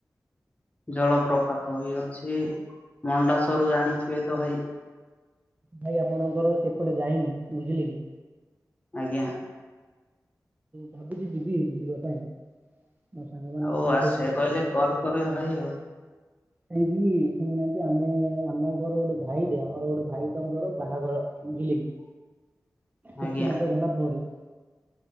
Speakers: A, on the left; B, on the right.
A: ଜଳପ୍ରପାତ ବି ଅଛି।
B: <inaudible>
A: ମଣ୍ଡାସରୁ ଜାଣିଥିବେ ତ ଭାଇ।
B: ଭାଇ ଆପଣଙ୍କର ସେପଟେ ଯାଇନି ବୁଝିଲେ କି?
A: ଆଜ୍ଞା।
B: ଭାବୁଛି ଯିବି ବୁଲିବା ପାଇଁ। ମୋ ସାଙ୍ଗମାନଙ୍କ
A: ଆଉ
B: ସହିତ
A: ଆସିବାକୁ
B: ଯିବି
A: ହେଲେ, କଲ୍ କରିବେ ଭାଇ ଆଉ।
B: କାଇଁକି ନେବେ ଶୁଣୁନାହାନ୍ତି, ଆମେ ଆମଙ୍କର ଗୋଟେ ଭାଇଟେ ଆମର ଗୋଟେ ଭାଇ ତାଙ୍କର ବାହାଘର ବୁଝିଲେ କି?
A: <inaudible>
B: କିଛି
A: ଆଜ୍ଞା
B: ମାସ ଗଲା ପରେ